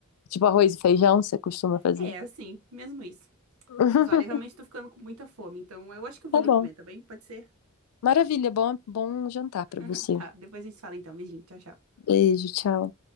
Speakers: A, on the left; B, on the right.
A: Tipo arroz e feijão, você costuma fazer?
B: É, assim, mesmo isso.
A: Uhum,
B: Mas olha, eu realmente tô ficando com muita fome, então eu acho que eu vou
A: tá
B: ali
A: bom.
B: comer, tá bem? Pode ser?
A: Maravilha, bom, bom jantar para você.
B: <laughs> Tá, depois a gente fala então. Beijinho, tchau, tchau.
A: Beijo, tchau.